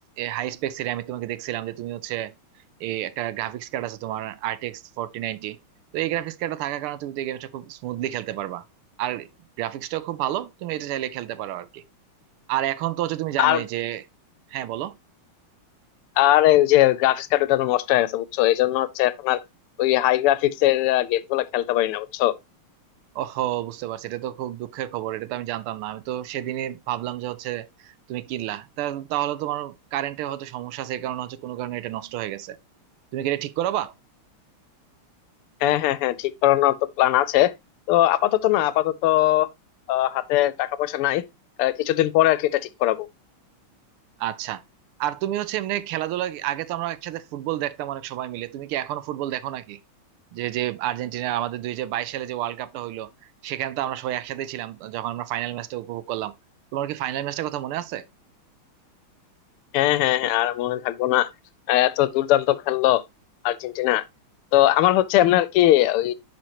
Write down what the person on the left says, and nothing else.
আর
আর এই যে গ্রাফিক্স কার্ড ওটা তো নষ্ট হয়ে গেছে বুঝছো এই জন্য হচ্ছে এখন আর ওই হাই গ্রাফিক্স এর গেম গুলা খেলতে পারি না বুঝছো
হ্যাঁ হ্যাঁ হ্যাঁ ঠিক করানোর তো প্ল্যান আছে তো আপাতত না আপাতত আহ, হাতে টাকা পয়সা নাই আহ, কিছুদিন পরে আর কি এটা ঠিক করাবো
হ্যাঁ হ্যাঁ হ্যাঁ আর মনে থাকবো না আহ, এত দুর্দান্ত খেললো আর্জেন্টিনা তো আমার হচ্ছে এমনি আর কি ওই